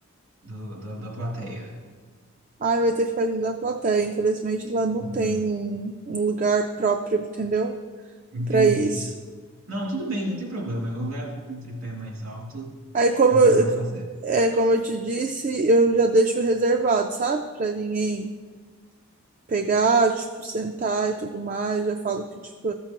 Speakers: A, on the right (about 85°); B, on the right (about 35°).
A: do, da, da plateia.
B: Ai, vai ter que ficar junto da plateia. Infelizmente, lá não
A: Hum,
B: tem um, um lugar próprio, entendeu?
A: entendi.
B: Pra isso.
A: Não, tudo bem, não tem problema. Eu levo um tripé mais alto,
B: Aí, como
A: também
B: eu,
A: dá pra fazer.
B: é, como eu te disse, eu já deixo reservado, sabe? Pra ninguém pegar, tipo, sentar e tudo mais. Já falo que, tipo,